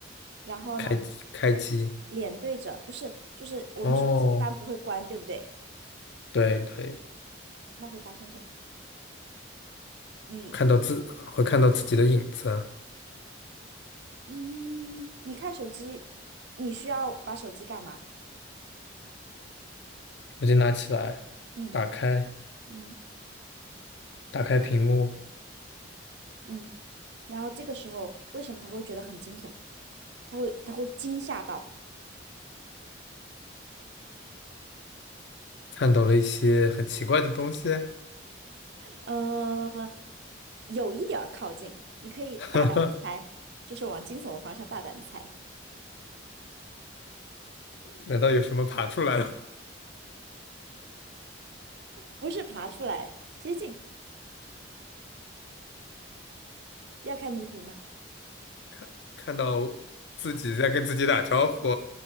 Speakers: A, on the right; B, on the left.
A: 然后呢，
B: 开机开机？
A: 脸对着，不是，就是我们手机一般不会关，
B: 哦，
A: 对不对？
B: 对对，
A: 那会发生什么？你，
B: 看到自会看到自己的影子，
A: 嗯，你看手机，你需要把手机干嘛？
B: 手机拿起来，
A: 嗯
B: 打开
A: 嗯
B: 打开屏幕，
A: 嗯。然后这个时候，为什么他会觉得很惊悚？他会他会惊吓到，
B: 看到了一些很奇怪的东西，
A: 呃，有一点儿靠近，你可以大胆地猜，
B: <laughs>
A: 就是往惊悚的方向大胆地猜，
B: 难道有什么爬出来了？
A: 不是爬出来接近，要开谜底吗？
B: <laughs> 看到自己在跟自己打招呼